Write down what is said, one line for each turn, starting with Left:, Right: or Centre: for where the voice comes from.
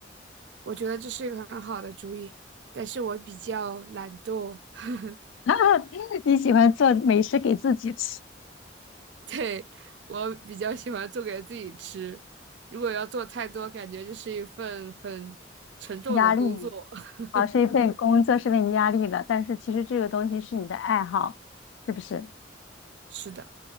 Right: 我觉得这是一个很好的主意，但是我比较懒惰，<laughs>
Left: <laughs> 你喜欢做美食给自己吃，
Right: 对，我比较喜欢做给自己吃。如果要做太多，感觉就是一份很沉重的工作。
Left: 压力
Right: <laughs>
Left: 啊，是一份工作是为你压力的，但是其实这个东西是你的爱好，是不是？
Right: 是的，